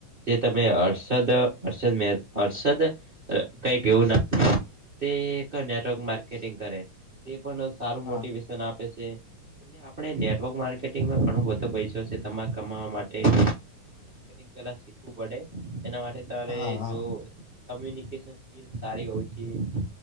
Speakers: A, on the right (about 25°); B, on the left (about 85°).
A: જે તમે હર્ષદ હર્ષદ મેં હર્ષદ અ કંઈક એવું નામ તે એક નેટવર્ક માર્કેટિંગ કરે. તે પણ સારું
B: હા
A: મોટિવેશન આપે છે. એટલે આપણે નેટવર્ક માર્કેટિંગમાં ઘણો બધો પૈસો છે. તમાર કમાવા માટે <inaudible> ઈ પેલા શીખવું પડે. એના માટે તમારે
B: હા હા
A: જો કમ્યુનિકેશન સ્કીલ સારી હોવી જોઈએ.